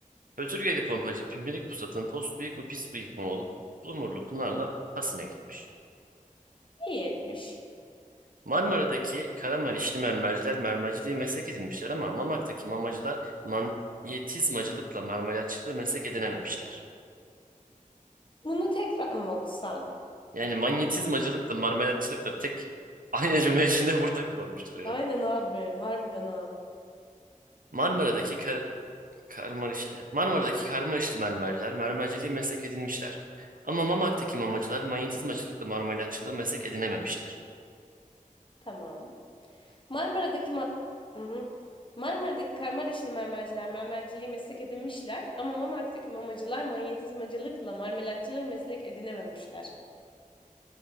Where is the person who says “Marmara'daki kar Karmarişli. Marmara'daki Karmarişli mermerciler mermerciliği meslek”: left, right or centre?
Right